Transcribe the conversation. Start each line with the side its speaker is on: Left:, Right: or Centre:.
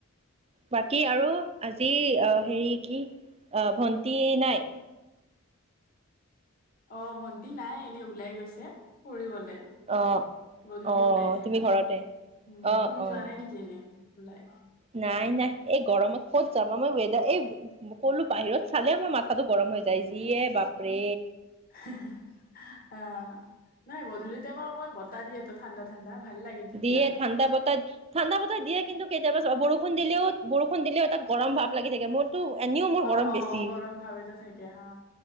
Right: বাকী আৰু আজি অ', হেৰি, কি অ' ভণ্টি নাই?
Left: উম। অ', ভণ্টি নাই, এনেই ওলাই গৈছে ফুৰিবলে।
Right: অ
Left: গধূলি
Right: অ
Left: ওলাই যায়
Right: তুমি
Left: ন।
Right: ঘৰতে
Left: উম'
Right: অ',
Left: তুমি
Right: অ',
Left: যোৱা নাই নেকি এনে ওলাই?
Right: নাই নাই এই গৰমত ক'ত যাবা, মই ৱদাৰ এই ক'লো বাহিৰত চালে মই মাথাটো গৰম হৈ যায়, যিয়ে বাপৰে।
Left: হাহা, অ' নাই গধূলি টাইমত অকমান বতাহ দিয়েটো ত' ঠাণ্ডা ঠাণ্ডা ভাল লাগে তেতিয়া।
Right: দিয়ে ঠাণ্ডা বতাহ ঠাণ্ডা বতাহ, দিয়ে কিন্তু কেতিয়াবা চোৱা বৰষুণ দিলেও, বৰষুণ দিলেও এটা গৰম ভাৱ লাগি থাকে মোৰ এনেও
Left: অ',
Right: গৰম
Left: অ'
Right: বেছি।
Left: গৰম ভাৱ এটা থাকে হা,